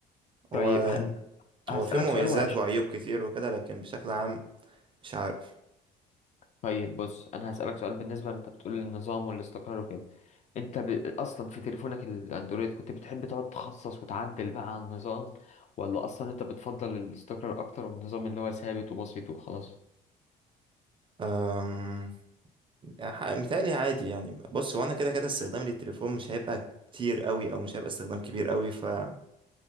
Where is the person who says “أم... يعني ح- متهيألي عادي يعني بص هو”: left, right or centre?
Right